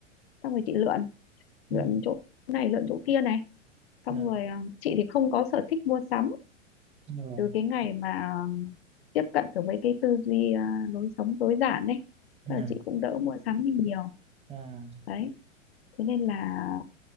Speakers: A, on the left (about 50°); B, on the right (about 15°).
A: xong rồi chị lượn lượn
B: ừ
A: chỗ này lượn chỗ kia này
B: dạ
A: xong rồi à, chị thì không có sở thích mua sắm
B: dạ
A: từ cái ngày mà tiếp cận được với cái tư duy à, lối sống tối giản ấy
B: ừ
A: tức là chị cũng đỡ mua sắm đi nhiều
B: dạ
A: đấy thế nên là